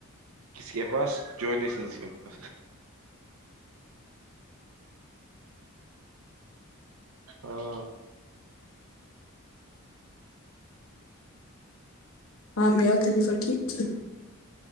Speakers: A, on the right (about 75°); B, on the left (about 75°).
A: کسی کے پاس جوسنس چپا ہاں
B: ہاں میاں خلیفہ ٹھیک تھی